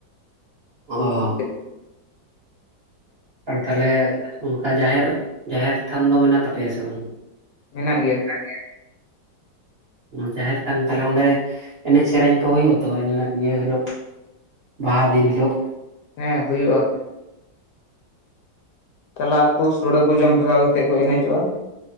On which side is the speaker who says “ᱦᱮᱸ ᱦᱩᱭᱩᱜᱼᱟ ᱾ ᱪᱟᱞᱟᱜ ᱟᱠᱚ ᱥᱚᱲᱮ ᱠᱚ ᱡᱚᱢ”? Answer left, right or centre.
Left